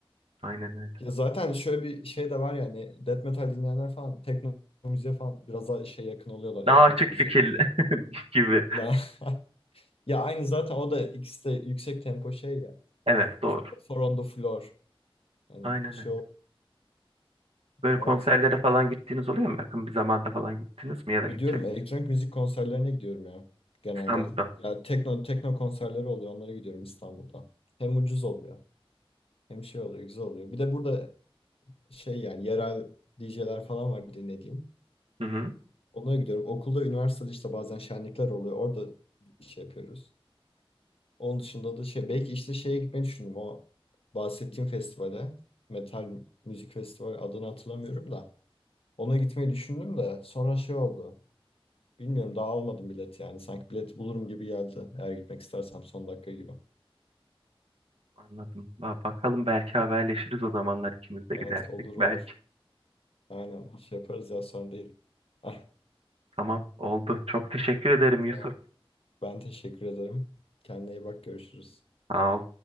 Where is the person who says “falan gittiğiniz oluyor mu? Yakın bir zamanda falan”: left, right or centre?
Right